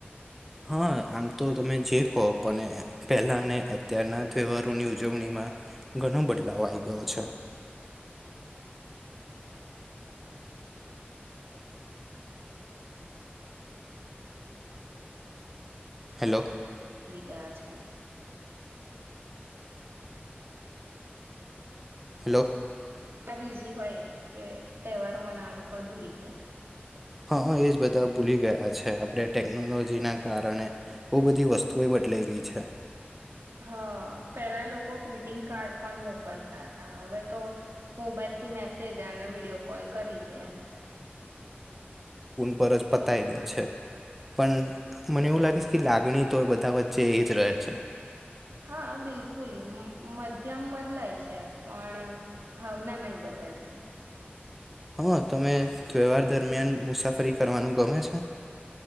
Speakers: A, in the centre; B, on the right.
A: હા આમ તો તમે જે કહો પણ પહેલાને અત્યારના તહેવારોની ઉજવણીમાં ઘણો બદલાવ આવી ગયો છે હેલો
B: લિય ગયા છે
A: હેલો
B: એટલા બીઝી હોય કે તહેવારો મનાવાનું પણ ભૂલી ગયા
A: હા એજ બધા ભૂલી ગયા છે આપણે ટેકનોલોજીના કારણે બોહ બધી વસ્તુઓ બદલાઈ ગઈ છે
B: હા પેલા લોકો ગ્રીટિંગ કાર્ડ પણ મોકલતા હતા હવે તો મોબાઈલ થી મેસેજ અને વિડીિયો કોલ કરી દે એમ
A: ઉપર જ પતાય દે છે પણ મને એવું લાગે છે કે લાગણી તો બધા વચ્ચે એ જ રહે છે
B: હા બિલકુલ મધ્યમ બદલાય છે પણ ભાવના નહી બદલતી
A: હા, તમે તહેવાર દરમિયાન મુસાફરી કરવાનું ગમે છે?